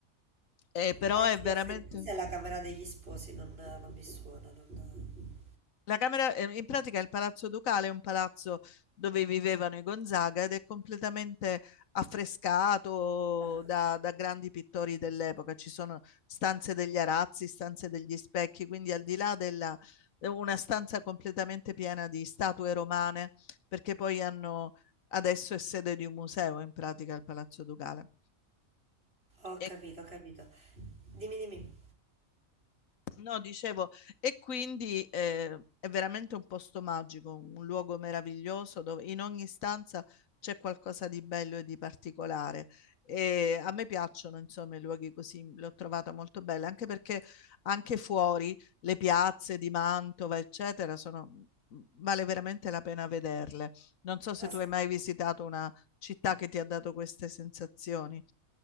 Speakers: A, on the left (about 80°); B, on the right (about 45°).
A: Eh, però
B: Eh
A: è
B: sì,
A: veramente
B: ho sen- cos'è la Camera degli Sposi? Non, non mi suona, non...
A: La camera, eh, in pratica il Palazzo Ducale è un palazzo dove vivevano i Gonzaga ed è completamente affrescato
B: Ah,
A: da, da grandi pittori dell'epoca. Ci sono stanze degli arazzi, stanze degli specchi, quindi al di là della una stanza completamente piena di statue romane, perché poi hanno adesso è sede di un museo in pratica il Palazzo Ducale.
B: Ho
A: E
B: capito, ho capito. Dimmi, dimmi.
A: No, dicevo, e quindi eh, è veramente un posto magico, un luogo meraviglioso dove in ogni stanza c'è qualcosa di bello e di particolare. E a me piacciono, insomma, i luoghi così, l'ho trovata molto bella, anche perché anche fuori le piazze di Mantova, eccetera, sono, mhmm, vale veramente la pena vederle. Non so se
B: Ah,
A: tu
B: sen-
A: hai mai visitato una città che ti ha dato queste sensazioni.